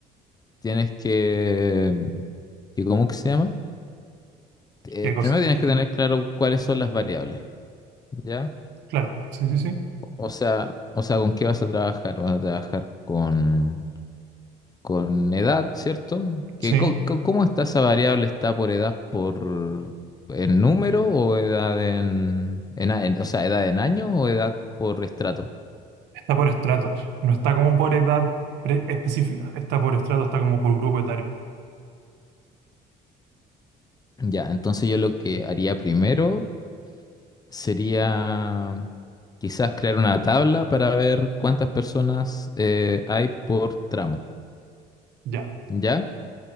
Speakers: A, on the left; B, on the right.
A: tienes que, que, ¿cómo que se llama? Eh,
B: qué cosa.
A: primero tienes que tener claro cuáles son las variables, ¿ya?
B: Claro, sí, sí, sí.
A: O sea, o sea, ¿con qué vas a trabajar? Vas a trabajar con, con edad, ¿cierto? Que,
B: Sí,
A: co- co- ¿cómo está esa variable? ¿Está por edad por en número o edad en, en, a- en- o sea, edad en año o edad por estrato?
B: está por estratos. No está como por edad pre- específica. Está por estratos, está como por grupo etario.
A: Ya, entonces yo lo que haría primero sería mm, quizás crear una tabla para ver cuántas personas eh, hay por tramo,
B: Ya,
A: ¿ya?